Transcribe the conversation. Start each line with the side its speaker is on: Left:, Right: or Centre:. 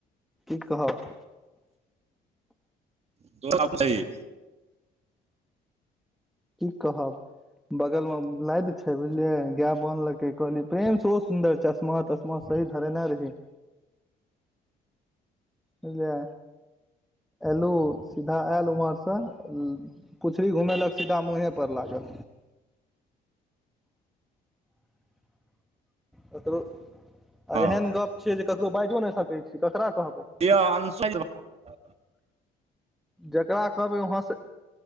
Centre: की कहब?
Right: <unintelligible>
Centre: की कहब। बगल में नाइद छै बुझलिये। गाय बनलहक है। कहली प्रेम से ओ सुंन्दर चश्मा तश्मा सहित धरेने रही। बुझलियै। एलहु, सीधा आयल हुवां से पुछड़ी घुमेलक, सीधा मुँहे पर लागल। ककरो, आ
Right: हँ
Centre: एहन गप छै, जे ककरो बाजियो नहि सकै छी। ककरा कहबै?
Right: किए अनसाई <unintelligible>
Centre: जकरा कहबै ओ हँसे